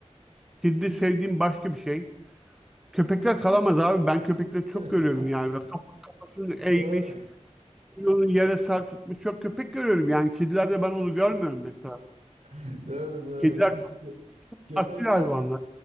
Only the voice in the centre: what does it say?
kedide sevdiğim başka bir şey. Köpekler kalamaz abi. Ben köpekleri çok
görüyorum yani. Böyle kaf- Kafasını eğmiş.
yolu yere sarkıtmış çok köpek görüyorum. Yani kedilerde ben onu görmüyorum mesela.
Kediler çok
asil hayvanlar.